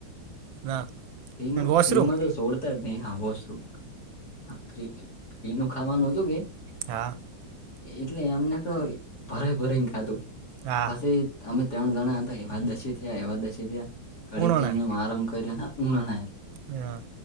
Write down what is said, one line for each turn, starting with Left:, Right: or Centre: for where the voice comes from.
Right: હા
Left: ફ્રી
Right: અને વોશરૂમ
Left: ફ્રીમાં સોડતા જ નહી હા વોશરૂમ હા ફ્રી એનું ખાવાનુંોજુંગે
Right: હા.
Left: એટલે એમને તો ભરાય ભરાયને ખાધું
Right: હા
Left: પછી અમે ત્રણ જણા હતા એવા દશી થયા એવા દશી થયા ઘડીક
Right: ઉણોણા
Left: ત્યા એમ આરામ કર્યો. <unintelligible>
Right: હા!